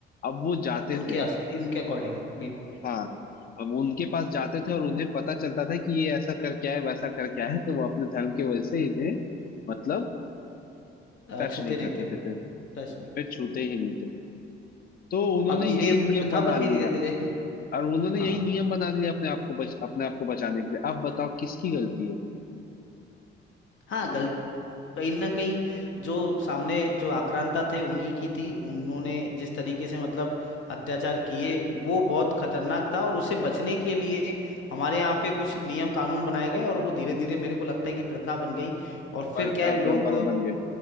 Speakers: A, on the left (about 50°); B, on the left (about 75°).
A: अब वो जाते
B: उनके
A: थे
B: अस, इनके अकॉर्डिंग बिल्कुल
A: हाँ अब उनके पास जाते थे और उन्हें पता चलता था कि ये ऐसा करके आए वैसा करके आए तो वो अपने धर्म की वजह से इन्हें मतलब
B: अ,
A: टच
B: छूते
A: नहीं
B: नहीं
A: करते
B: थे वो
A: थे फिर
B: लोग टच नहीं करते
A: फिर छूते
B: थे बिल्कुल
A: ही नहीं थे तो उन्होंने
B: अब ये
A: यही नियम
B: प्रथा
A: बना
B: बन गई
A: लिया
B: धीरे धीरे <laughs>
A: और उन्होंने यही
B: हाँ
A: नियम बना लिया अपने आप को बच अपने आप को बचाने के लिए अब बताओ किसकी गलती है
B: हाँ कहीं ना कहीं जो सामने जो आक्रांता थे उन्हीं की थी उन्होंने जिस तरीके से मतलब अत्याचार किए वो बहुत खतरनाक था और उसे बचने के लिए हमारे यहाँ पे कुछ नियम कानून बनाए गए और वो धीरे धीरे मेरे को लगता है कि प्रथा बन गई और फिर
A: प्रथा
B: क्या है लोग
A: परंपरा बन गई